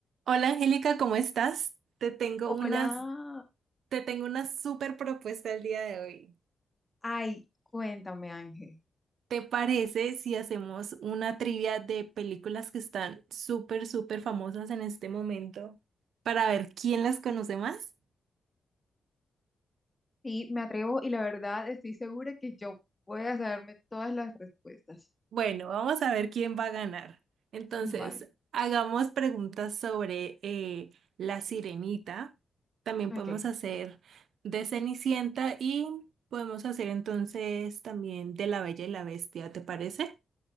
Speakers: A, on the right; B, on the left.
A: Hola Angélica, ¿cómo estás? Te tengo
B: Hola,
A: unas, te tengo una súper propuesta el día de hoy.
B: ay, cuéntame Ángel.
A: ¿Te parece si hacemos una trivia de películas que están súper, súper famosas en este momento para ver quién las conoce más?
B: Sí, me atrevo y la verdad estoy segura que yo voy a saberme todas las respuestas.
A: Bueno, vamos a ver quién va a ganar. Entonces,
B: Mm, Vale,
A: hagamos preguntas sobre eh, La Sirenita. También
B: ok,
A: podemos hacer de Cenicienta y podemos hacer entonces también de La Bella y la Bestia, ¿te parece?